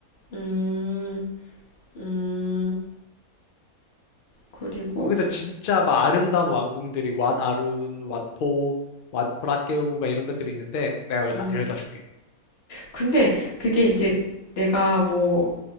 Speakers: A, on the left; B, on the left.
A: 음, 음, 그리고,
B: 거기서 진짜 막 아름다운 왕궁들이 왓 아룬, 왓포, 왓 브라케우 막 이런 것들이 있는데 내가 그걸
A: 음
B: 다 데려다 줄게.
A: 근데 그게 이제 내가 뭐